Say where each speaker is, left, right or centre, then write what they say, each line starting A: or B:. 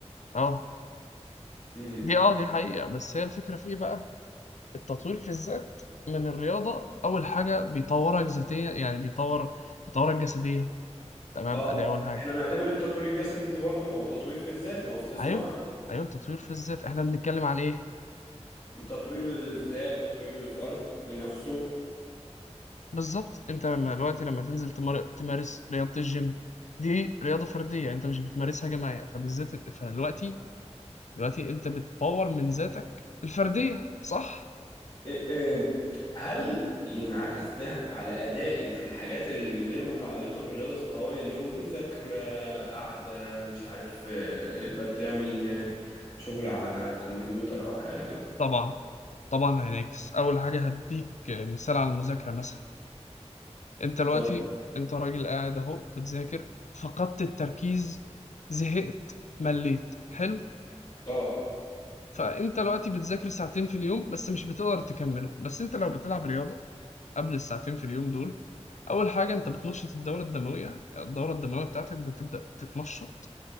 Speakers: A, on the left (about 90°); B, on the left (about 35°).
A: اه
B: امم
A: دي اه دي حقيقة بس هي الفكرة في ايه بقى التطوير في الذات من الرياضة اول حاجة بيطورك ذاتيا يعني بيطور بيطورك جسديا تمام
B: اه
A: ادي اول حاجة
B: احنا بنعتبر التطوير الجسدي ده برضه ما هو تطوير في الذات ما هو استثمار
A: ايوه ايوه تطوير في الذات احنا بنتكلم عن ايه
B: تطوير الذات تطوير الفرد لنفسه
A: بالظبط انت لما دلوقتي لما تنزل تمار... تمارس رياضة الجيم دي رياضة فردية انت مش بتمارسها جماعية فبالذات فدلوقتي دلوقتي انت بتطور من ذاتك الفردية صح
B: إيه- إيه، هل ينعكس ده على أدائي في الحاجات الغير متعلقة بالرياضة طوال اليوم مذاكرة قاعدة مش عارف آه، بتعمل آه، شغل على كمبيوتر أو حاجة
A: طبعا طبعا هينعكس اول حاجة هديك مثال على المذاكرة مثلا انت
B: اتفضل
A: دلوقتي انت راجل قاعد اهو بتذاكر فقدت التركيز زهقت مليت حلو
B: اه
A: فانت دلوقتي بتذاكر ساعتين في اليوم بس مش بتقدر تكملهم بس انت لو بتلعب رياضة قبل الساعتين في اليوم دول اول حاجة انت بتنشط الدورة الدموية الدورة الدموية بتاعتك بتبدأ تتنشط